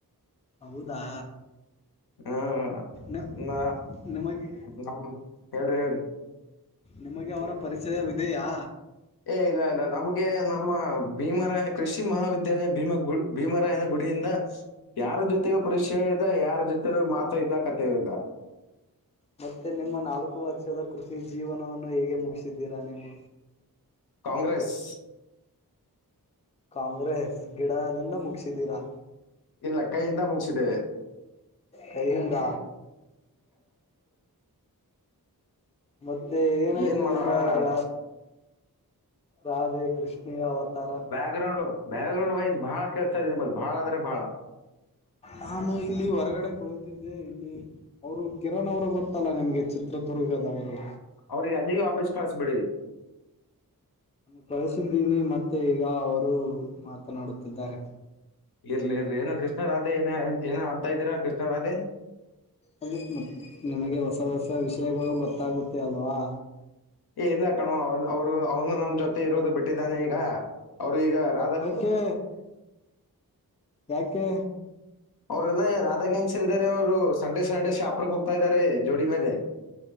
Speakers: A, on the left; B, on the left.
A: ಹೌದಾ
B: ಹ್ಮ
A: ನ
B: ಇನ್ನ
A: ನಿಮಗೆ
B: ನಮ್ ಹೇಳ್ರಿ ಹೇಳ್ರೀ
A: ನಿಮಗೆ ಅವರ ಪರಿಚಯವಿದೆಯಾ.
B: ಏ ಇಲ್ಲ ಇಲ್ಲ ನಮಗೆ ನಮ್ಮ ಭೀಮರ ಕೃಷಿ ಮಹಾವಿದ್ಯಾಲಯ ಭೀಮಗು ಭೀಮರಾಯನ ಗುಡಿಯಿಂದ ಯಾರ ಜೊತೆಗೂ ಪರಿಚಯ ಇಲ್ಲ ಯಾರು ಜೊತೆೆಯೂ ಮಾತ ಇಲ್ಲ ಕತ್ ಥೆಯೂ ಇಲ್ಲ.
A: ಮತ್ತೆ ನಿಮ್ಮ ನಾಲ್ಕು ವರ್ಷದ ಕೃಷಿ ಜೀವನವನ್ನು ಹೇಗೆ ಮುಗಿಸಿದ್ದೀರಾ ನೀವು.
B: ಕಾಂಗ್ರೆಸ್
A: ಕಾಂಗ್ರೆಸ್ ಗಿಡದಿಂದ ಮುಗಿಸಿದೀರಾ
B: ಇಲ್ಲಾ ಕೈಯಿಂದ ಮುಗಿಸಿದೆವೆ
A: ಕೈಯಿಂದ ಮತ್ತೆ ಏನಾಯ್ತು
B: ಏನ್ ಮಾಡೋಣ
A: ನಿಮ್ಮ ಯಾರ ರಾಧೆ ಕೃಷ್ಣೇ ಅವತಾರಾ
B: ಬ್ಯಾ ಗ್ರೌಂಡ್ ಬ್ಯಾಕ್ ಗ್ರೌಂಡ್ ಬಾಳ ಕೇಳುತ್ತಾರಿ ಬಾಳ್ ಬಾಳಂದ್ರೆ ಬಹಳಾ-
A: ನಾನು ಇಲ್ಲಿ ಹೊರಗಡೆ ಕೊಳತಿದ್ದೆ ಇಲ್ಲಿ ಅವರು ಕಿರಣ್ ಅವರು ಗೊತ್ತಲ್ಲಾ ನಿಮ್ಗೆ ಚಿತ್ರದುರ್ಗದವರು.
B: ಅವ್ರಿಗೆ ಅಲ್ಲಿಗೆ ವಾಪಸ್ ಕಳಿಸಿಬಿಡ್ರಿ
A: ಬಳಿಸಿದ್ದೀನಿ ಮತ್ತೆ ಈಗ ಅವರು ಮಾತನಾಡುತ್ತಿದ್ದಾರೆ.
B: ಇರ್ಲಿ ಇರ್ಲಿ ಏನೋ ಕೃಷ್ಣರಾಧೆ ಏ ಏನ್ ಅಂತ ಇದ್ದೀರಾ ಕೃಷ್ಣ ರಾಧೆ
A: ಅ ಮ ನಿಮಗೆ ಹೊಸ ಹೊಸ ವಿಷಯಗಳು ಗೊತ್ತಾಗುತ್ತೆ ಅಲ್ವಾ
B: ಏ ಇಲ್ಲಾ ಕಣೋ ಅವರು ಅವನು ನಮ್ ಜೊತೆ ಇರೋದು ಬಿಟ್ಟಿದ್ದಾರೆ ಈಗ ಅವ್ರು ಈಗಾತ್
A: ಯಾಕೆ ಯಾಕೆ
B: ಅವ್ರಲ್ಲ ರಾಧ ಗೆನ್ಸ್ ಇದ್ದಾರೆ ಅವರು ಸಂಡೆ ಸಂಡೆ ಶಾಪುಕ್ ಹೋಗ್ತಾ ಇದ್ದಾರೆ ಜೋಡಿ ಮೇಲೆ